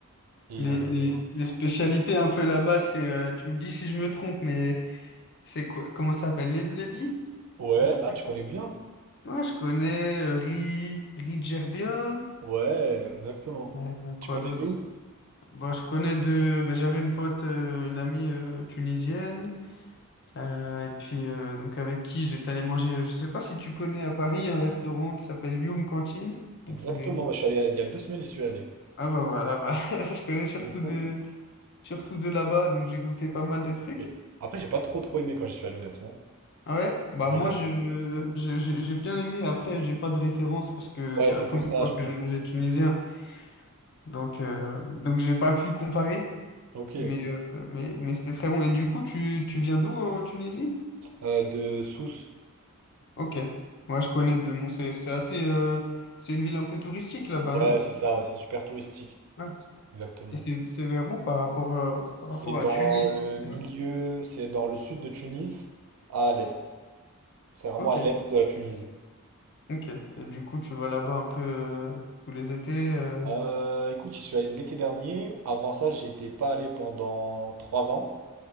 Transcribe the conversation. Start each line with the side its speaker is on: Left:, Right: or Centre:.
Right: Et
Left: Les,
Right: euh,
Left: les, les spécialités un peu là-bas, c'est... euh, tu me dis si je me trompe, mais c'est quoi? Comment ça s'appelle? Les blébis?
Right: ouais,
Left: Un truc
Right: ah, tu connais bien?
Left: Moi, je connais euh, Ri, Ri Djerbia.
Right: Ouais, exactement.
Left: Euh, quoi
Right: Tu connais
Left: d'autre?
Right: d'où?
Left: Bah, je connais deux ben, j'avais une pote, euh, une amie euh, tunisienne. Euh, et puis, euh, donc avec qui j'étais allé manger. euh, Je sais pas si tu connais à Paris un restaurant qui s'appelle Youm Cantine. Donc,
Right: Exactement,
Left: c'est des...
Right: moi, je suis allé il y a deux semaines, j'y suis allé.
Left: Ah, bah voilà, bah, <laughs> je connais surtout
Right: C'est fou.
Left: de, surtout de là-bas. Donc, j'ai goûté pas mal de trucs.
Right: ok. Après, j'ai pas trop trop aimé quand j'y suis allé, honnêtement.
Left: Ah Ouais, bah
Right: Ouais,
Left: moi je, je- je- j'ai bien aimé. Après, j'ai pas de référence parce que
Right: ouais,
Left: c'est
Right: c'est
Left: la première
Right: pour ça,
Left: fois
Right: je
Left: que
Right: pense.
Left: je mangeais tunisien. Donc, euh, donc j'ai pas pu comparer,
Right: Ok.
Left: mais, euh, mais, mais c'était très bon. Et du coup, tu, tu viens d'où en Tunisie?
Right: Euh, de Sousse.
Left: Ok. Moi, je connais de nom. C'est c'est assez. euh, c'est une ville un peu touristique là-bas,
Right: Ouais,
Left: non?
Right: c'est ça, ouais, c'est super touristique.
Left: Ouais.
Right: Exactement.
Left: Et c'est c'est vers où par rapport, à- par
Right: C'est
Left: rapport
Right: dans
Left: à Tunis?
Right: le milieu,
Left: tu vois
Right: c'est dans le sud de Tunis, à l'est. C'est vraiment
Left: Ok,
Right: à l'est de la Tunisie.
Left: ok. Et du coup, tu vas là-bas un peu euh, tous les étés. euh.
Right: Euh, écoute, j'y suis allé l'été dernier. Avant ça, j'y étais pas allé pendant trois ans.